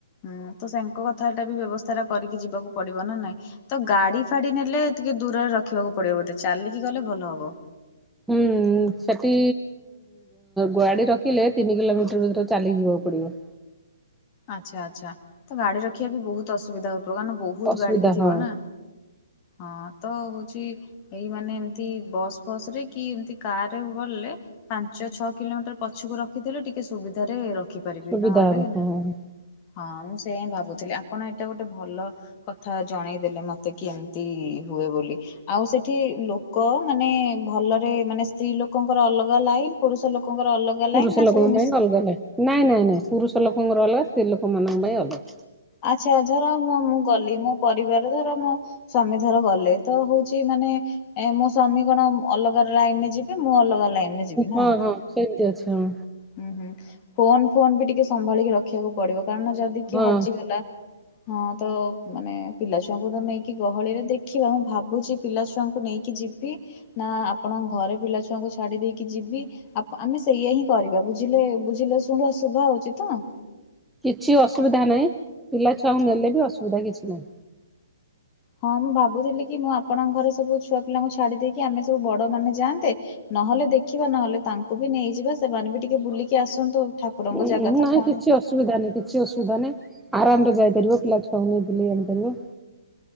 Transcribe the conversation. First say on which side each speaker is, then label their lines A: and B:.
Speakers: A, on the left; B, in the centre.
A: ହୁଁ ତ ସେଙ୍କ କଥା ଟା ବି ବ୍ୟବସ୍ଥା ଟା କରିକି ଯିବାକୁ ପଡିବ ନା ନାଇଁ? ତ ଗାଡି ଫାଡି ନେଲେ ଟିକେ ଦୂରରେ ରଖିବାକୁ ପଡିବ ବୋଧେ ଚାଲିକି ଗଲେ ଭଲ ହବ।
B: ହୁଁ। ସେଠି ଗାଡି ରଖିଲେ ତିନି କିଲୋମିଟର ଭିତରେ ଚାଲି ଯିବାକୁ ପଡିବ?
A: ଆଚ୍ଛା ଆଚ୍ଛା ତ ଗାଡି ରଖିବା ବି ବୋହୁତ ଅସୁବିଧା ହୋଉଥିବ କାରଣ ବୋ ବୋହୁତ
B: ଅସୁବିଧା
A: ଗାଡି ବି ଥିବ
B: ହଁ
A: ନା ହଁ ତ ହୋଉଚି। ଏଇ ମାନେ ଏମିତି ବସ୍ ଫସ ରେ କି ଏମିତି କାର ରେ ଗଲେ ପାଞ୍ଚ ଛଅ କିଲୋମିଟର ପଛକୁ ରଖିଦେଲେ ଟିକେ ସୁବିଧାରେ ରଖି ପାରିବି
B: ସୁବିଧା
A: ନହେଲେ
B: ହବ ହଁ
A: ନା ହଁ ମୁଁ ସେ ହିଁ ଭାବୁଥିଲି ଆପଣ ଏଇଟା ଗୋଟେ ଭଲ କଥା ଜଣେଇଦେଲେ ମତେ କି ଏମିତି ହୁଏ ବୋଲି। ଆଉ ସେଠି ଲୋକ ମାନେ ଭଲରେ ମାନେ ସ୍ତ୍ରୀ ଲୋକଙ୍କର ଅଲଗା ଲାଇନ ପୁରୁଷ ଲୋକଙ୍କର ଅଲଗା ଲାଇନ
B: ପୁରୁଷ
A: ନା
B: ଲୋକଙ୍କ
A: ସବୁ ମିଶି
B: ପାଇଁ ଅଲଗା ଲାଇନ୍ ନାଇଁ ନାଇଁ ନାଇଁ ପୁରୁଷ ଲୋକଙ୍କର ଅଲଗା ସ୍ତ୍ରୀ ଲୋକ ମାନଙ୍କ ପାଇଁ ଅଲଗା।
A: ଆଚ୍ଛା ଧର ମୁଁ ମୁଁ ଗଲି ମୋ ପରିବାର ଧର ମୋ ସ୍ୱାମୀ ଧର ଗଲେ ତ ହୋଉଚି ମାନେ ଏ ମୋ ସ୍ଵାମୀ କଣ ଅଲଗା ଲାଇନ ରେ ଯିବେ ମୁଁ ଅଲଗା ଲାଇନ ରେ ଯିବି ନା
B: ହଁ ହଁ ସେମିତି ଅଛି ହଁ।
A: ହୁଁ ହୁଁ ଫୋନ ଫୋନ ବି ଟିକେ ସମ୍ଭାଳିକି ରଖିବାକୁ ପଡିବ କାରଣ ଯଦି କିଏ
B: ହଁ
A: ହଜିଗଲା ହଁ ତ ମାନେ ପିଲାଛୁଆଙ୍କୁ ତ ନେଇକି ଗହଳିରେ ଦେଖିବା ମୁଁ ଭାବୁଚି ପିଲାଛୁଆଙ୍କୁ ନେଇକି ଯିବି ନା ଆପଣ ଘରେ ପିଲାଛୁଆଙ୍କୁ ଛାଡି ଦେଇକି ଯିବି ଆମେ ସେଇଆ ହିଁ କରିବା ବୁଝିଲେ ବୁଝିଲେ ଶୁଭା ସୁଭା ହୋଉଚି ତ?
B: କିଛି ଅସୁବିଧା ନାହିଁ ପିଲା ଛୁଆଙ୍କୁ ନେଲେ ବି ଅସୁବିଧା କିଛି ନାହିଁ।
A: ହଁ ମୁଁ ଭାବୁଥିଲି କି ମୁଁ ଆପଣଙ୍କ ଘରେ ସବୁ ଛୁଆ ପିଲାଙ୍କୁ ଛାଡି ଦେଇକି ଆମେ ସବୁ ବଡ ମାନେ ଯାଆନ୍ତେ। ନହେଲେ ଦେଖିବା ନହେଲେ ତାଙ୍କୁ ବି ନେଇଯିବା ସେମାନେ ବି ଟିକେ ବୁଲିକି ଆସନ୍ତୁ ଠାକୁ ଠାକୁରଙ୍କ
B: ଉଁ
A: ଜାଗା
B: ଉଁ
A: ତ
B: ନାଇଁ
A: କଣ।
B: କିଛି ଅଶୁବିଧା ନାହି କିଛି ଅସୁବିଧା ନାାଇଁ ଆରାମରେ ଯାଇପାରିବ ପିଲା ଛୁଆଙ୍କୁ ନେଇକି ବୁଲେଇ ଆଣିପାରିବ।